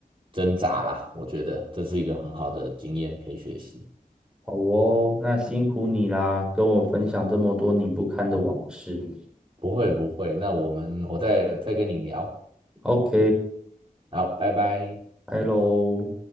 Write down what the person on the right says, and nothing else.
挣扎啦。我觉得这是一个很好的经验可以学习。
不会不会，那我们我再再跟你聊。
好，拜拜。